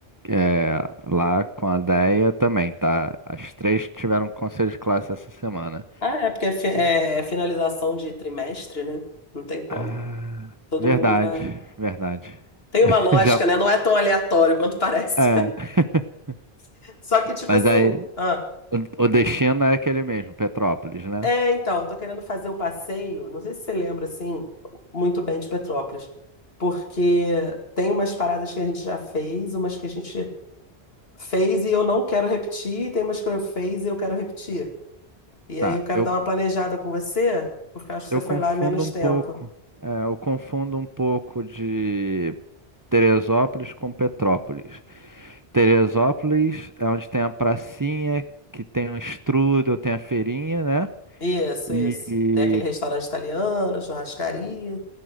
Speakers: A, on the right (about 25°); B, on the left (about 70°).
A: é, lá com a Deia também, tá? As três tiveram conselho de classe essa semana.
B: Ah, é porque é, fi- é finalização de trimestre, né? Não tem como.
A: Ah,
B: Todo
A: verdade,
B: mundo vai. é.
A: verdade.
B: Tem
A: <laughs>
B: uma lógica,
A: Já,
B: né? Não é tão aleatório quanto parece.
A: é. <laughs>
B: <laughs> Só que, tipo
A: Mas
B: assim.
A: aí,
B: ah,
A: o o destino é aquele mesmo, Petrópolis, né?
B: é, então, eu tô querendo fazer o passeio. Não sei se você lembra, assim, muito bem de Petrópolis. Porque tem umas paradas que a gente já fez, umas que a gente fez e eu não quero repetir, e tem umas que eu fiz e eu quero repetir. E
A: Tá,
B: aí eu quero
A: eu.
B: dar uma planejada com você, porque eu acho que
A: Eu
B: você foi
A: confundo
B: lá há menos
A: um
B: tempo.
A: pouco. É, eu confundo um pouco de Teresópolis com Petrópolis. Teresópolis é onde tem a pracinha, que tem um strudel, tem a feirinha, né?
B: Isso,
A: E
B: isso. Tem aquele restaurante italiano, churrascaria.